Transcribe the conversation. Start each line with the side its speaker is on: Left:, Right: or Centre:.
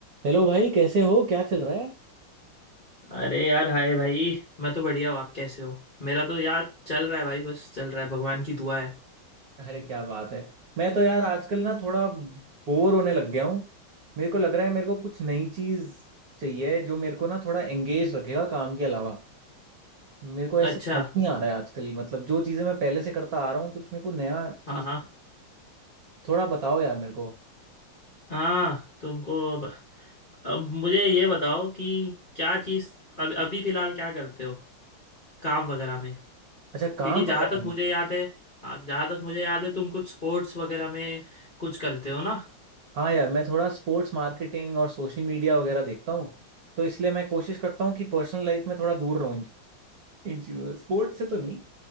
Right: Hello भाई कैसे हो क्या चल रहा है
Left: अरे यार हाय भाई मैं तो बढ़िया हूँ आप कैसे हो मेरा तो यार चल रहा है भाई बस चल रहा है भगवान की दुआ है
Right: अरे क्या बात है मैं तो यार आजकल ना थोड़ा बोर होने लग गया हूँ मेरे को लग रहा है मेरे को कुछ नई चीज चाहिए जो मेरे को ना थोड़ा एंगेज रखेगा काम के अलावा मेरे को ऐसे
Left: अच्छा
Right: मजा नहीं आ रहा है आजकल मतलब जो चीजें मैं पहले से करता आ रहा हूँ कुछ मेरे को नया चीज
Left: हाँ हाँ
Right: थोड़ा बताओ यार मेरे को
Left: हाँ तुमको अब, अब मुझे ये बताओ कि क्या चीज़ अब अभी फ़िलहाल क्या करते हो काम वगैरह में
Right: अच्छा काम
Left: क्योंकि जहाँ
Right: वगैरह
Left: तक मुझे
Right: में
Left: याद है हाँ जहाँ तक मुझे याद है तुम कुछ स्पोर्ट्स वगैरह में कुछ करते हो ना
Right: हाँ यार मैं थोड़ा स्पोर्ट्स मार्केटिंग और सोशल मीडिया वगैरह देखता हूँ तो इसलिए मैं कोशिश करता हूँ कि पर्सनल लाइफ में थोड़ा दूर रहूँ इन इन चीज़ों से स्पोर्ट्स से तो नहीं